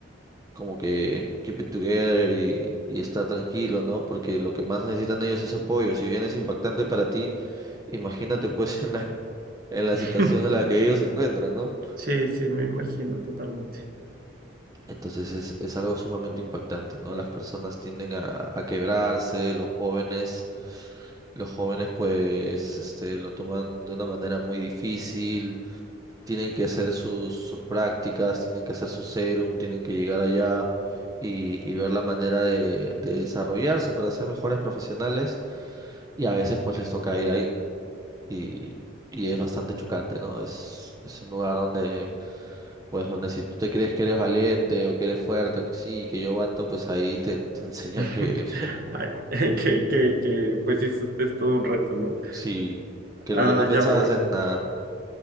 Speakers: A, on the right (about 20°); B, on the right (about 50°).
A: como que keep it together y, y estar tranquilo, ¿no? Porque lo que más necesitan ellos es apoyo. Si bien es impactante para ti, imagínate pues <laughs> en la, en la
B: <laughs>
A: situación en la que ellos se encuentran, ¿no?
B: Sí, sí, me imagino totalmente.
A: Entonces es, es algo sumamente impactante, ¿no? Las personas tienden a, a quebrarse, los jóvenes, los jóvenes pues este, lo toman de una manera muy difícil, tienen que hacer sus, sus prácticas, tienen que hacer su serum, tienen que llegar allá y, y ver la manera de, de desarrollarse para ser mejores profesionales y a veces pues les toca ir ahí y, y es bastante chocante, ¿no? Es, es un lugar donde pues donde si tú te crees que eres valiente o que eres fuerte o que sí, que yo aguanto, pues ahí te, te <laughs> enseñan
B: <laughs>
A: que
B: Ay, <laughs> que, que, que, pues eso es todo un reto, ¿no?
A: sí, que
B: Ah,
A: lo que tú pensabas
B: ya veo.
A: es nada,